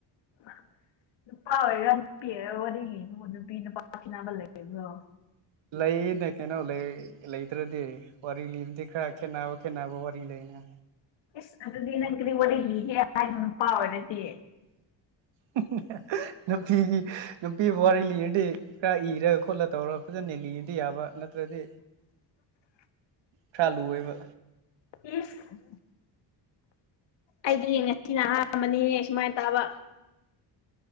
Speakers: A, on the left; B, on the right.
A: <unintelligible> ꯅꯨꯄꯥ ꯑꯣꯏꯔ ꯅꯨꯄꯤꯔ ꯋꯥꯔꯤꯕꯨ ꯅꯨꯄꯤ ꯅꯨꯄꯥ ꯈꯦꯠꯅꯥꯕ ꯂꯩꯕ꯭ꯔꯣ꯫
B: ꯂꯩꯌꯦꯅ ꯀꯩꯅꯣ ꯂꯩꯇ꯭ꯔꯗꯤ ꯋꯥꯔꯤ ꯂꯤꯕꯗꯤ ꯈꯔ ꯈꯦꯠꯅꯕ-ꯈꯦꯠꯅꯕ ꯋꯥꯔꯤ ꯂꯩꯅ꯫
A: ꯏꯁ ꯑꯗꯨꯗꯤ ꯅꯪ ꯀꯔꯤ ꯋꯥꯔꯤ ꯂꯤꯒꯦ ꯍꯥꯏꯕ ꯅꯨꯄ ꯑꯣꯏꯔꯗꯤ꯫
B: <unintelligible> ꯅꯨꯄꯤꯒꯤ ꯅꯨꯄꯤꯕꯨ ꯋꯥꯔꯤ ꯂꯤꯔꯗꯤ ꯈꯔ ꯏꯔ ꯈꯣꯠꯂ ꯇꯧꯔ ꯐꯖꯅ ꯂꯤꯕꯗꯤ ꯌꯥꯕ꯫ ꯇ꯭ꯔꯗꯤ
A: <unintelligible>
B: ꯈꯔ ꯂꯨꯑꯦꯕ꯫
A: ꯎꯝ ꯑꯩꯗꯤ ꯌꯦꯡꯑꯦ꯫ ꯁꯤꯅ ꯑꯍꯥꯟꯕꯅꯤꯍ ꯁꯨꯃꯥꯏꯅ ꯇꯥꯕ꯫